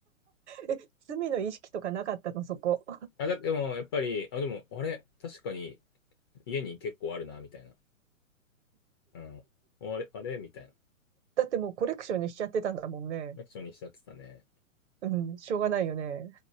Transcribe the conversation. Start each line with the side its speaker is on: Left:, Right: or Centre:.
Right: え、罪の意識とかなかったのそこ。
Left: あ、だでも、やっぱり、あ、でも、あれ、確かに家に結構あるな、みたいな。うん。あれ、あれみたいな。
Right: だってもうコレクションにしちゃってたんだもんね。
Left: 楽勝にしちゃってたね。
Right: うん、しょうがないよね。